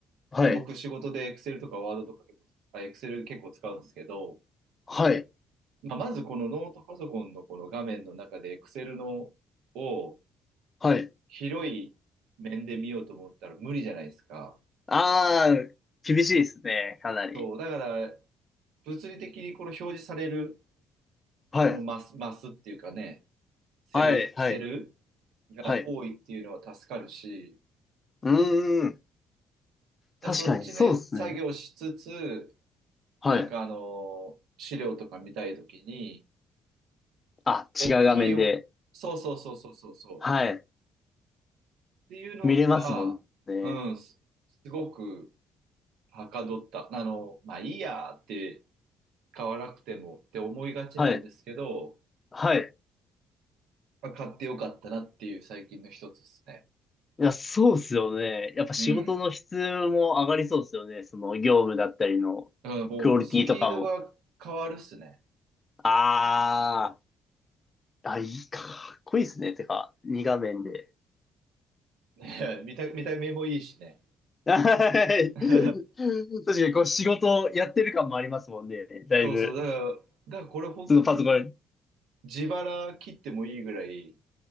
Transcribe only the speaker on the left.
はい。
はい。
はい。
ああ、厳しいですね、かなり。
はい。
はい、はい、
はい。うーん。
確かに、
そうですね。
はい。
あ、
違う画面で。
はい。
見れますもんね。
はい。はい。
いや、そうっすよね。やっぱ仕事の質も上がりそうっすよね。
その業務だったりのクオリティとかも。
あー。あ、いいか。かっこいいっすね。てか、2画面で。
はい。
<laughs> 確かにこう仕事やってる感もありますもんね。だいぶ。
そのパソコン。